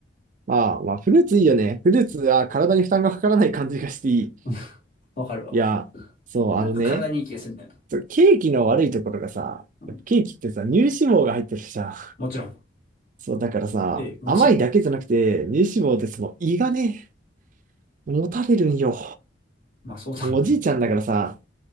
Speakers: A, on the right; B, on the left.
A: ああ、まあ、フルーツいいよね。フルーツは体に負担がかからない感じがしていい。
B: <laughs> わかるわ。
A: いや、そう、
B: なんか体にいい気がするんだよ
A: あのね、そうケーキの悪いところがさ、
B: な。うん。
A: ケーキってさ、乳脂肪が入ってるじゃん。
B: もちろん。
A: そう、だからさ、
B: ええ、もちろん。
A: 甘いだけじゃなくて、乳脂肪ってその胃がね、もたれるんよ。
B: まあそうだろうな。
A: もうおじいちゃんだからさ、